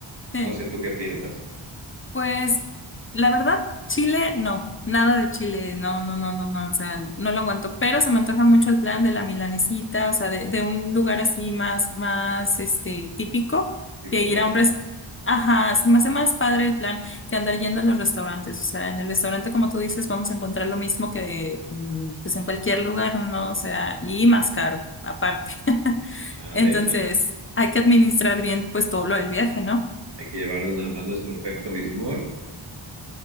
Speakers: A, on the left; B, on the right.
A: Sí.
B: No sé tú qué piensas,
A: Pues la verdad, Chile, no, nada de Chile, no, no, no, no, no, o sea, no lo aguanto, pero se me antoja mucho el plan de la milanesita, o sea, de, de un lugar así más, más, este, típico,
B: tipo
A: de ir
B: fonda.
A: a un restaurante. Ajá, se me hace más padre el plan que andar yendo a los restaurantes, o sea, en el restaurante, como tú dices, vamos a encontrar lo mismo que, mm, pues, en cualquier lugar, ¿no? O sea, y más caro, aparte. <laughs>
B: Además,
A: Entonces, hay que administrar bien pues todo lo del viaje, ¿no?
B: hay que llevarnos nada más nuestro Pepto Bismol,